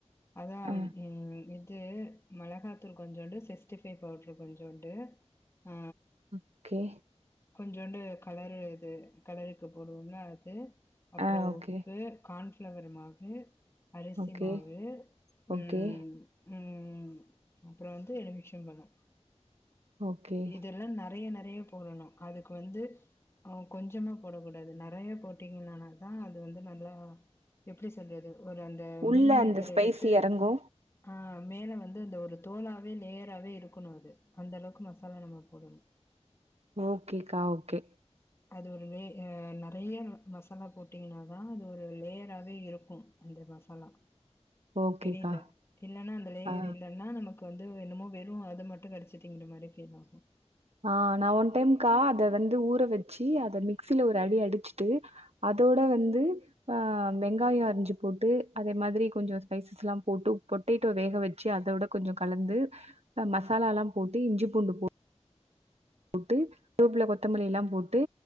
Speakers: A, on the left; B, on the right.
A: அதா
B: ஆ
A: ம் இது மெளகாத்தூள் கொஞ்சோண்டு சிஸ்ட்டிஃபை பவுட்ரு கொஞ்சோண்டு ஆ
B: ஓக்கே
A: கொஞ்சோண்டு கலரு இது கலருக்கு போடுவோம்ல அது அப்றோ
B: ஆ ஓகே
A: உப்பு கான்ஃப்ளவர் மாவு அரசி
B: ஓகே
A: மாவு ம்
B: ஓகே
A: உம் அப்றோ வந்து எலுமிச்சம் பழோ
B: ஓகே
A: இதெல்லா நறைய நறைய போடணு அதுக்கு வந்து அவங் கொஞ்சமா போடக் கூடாது நறைய போட்டீங்கனாநாக்க அது வந்து நல்லா எப்டி சொல்றது ஒரு அந்த
B: உள்ள
A: மில் மேக்கர்
B: அந்த ஸ்பைசி
A: எடுத்து
B: எறங்கு
A: ஆ மேல வந்து அந்த ஒரு தோலாவே லேயராவே இருக்கணு அது அந்தளவுக்கு மசாலா நம்ம போடணு
B: ஓகேக்கா ஓகே
A: அது ஒரு லே அ நறைய மசாலா போட்டீங்ன்னாதா அது ஒரு லேயராவேயிருக்கு அந்த மசாலா
B: ஓகேக்கா
A: பெரியில்ல இல்லன்னா அந்த லேயர்
B: ஆ
A: இல்லன்னா நமக்கு வந்து என்னமோ வெறு அது மட்டு கடிச்சித்திங்கிற மாரி ஃபீலாகு
B: ஆ நா ஒன் டைம்க்கா அத வந்து ஊற வெச்சி அத மிக்சில ஒரடி அடிச்சிட்டு அதோட வந்து ஆ வெங்காயோ அரிஞ்சு போட்டு அதே மாதிரி கொஞ்சோ ஸ்பைசஸ் லா போட்டு உப்ப பொட்டேட்டோ வேக வெச்சு அதோட கொஞ்சோ கலந்து அ மசாலாலம் போட்டு இஞ்சி பூண்டு போட்டு போட்டு ரூப்ல கொத்தமல்லி லா போட்டு